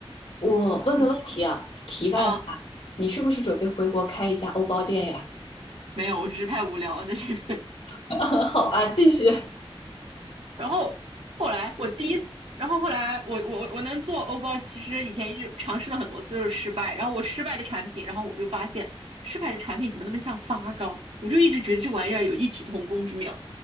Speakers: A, on the left; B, on the right.
A: 我问个问题啊，
B: 嗯
A: 题外话，
B: 啊，
A: 你是不是准备回国开一家欧包店呀？
B: 没有，我只是太无聊了在这边。
A: <laughs> 好吧，继续。
B: 然后后来我第一次，然后后来我我我能做欧包，其实以前一直尝试了很多次，就是失败。然后我失败的产品，然后我就发现失败的产品怎么那么像发糕？我就一直觉得这玩意儿有异曲同工之妙，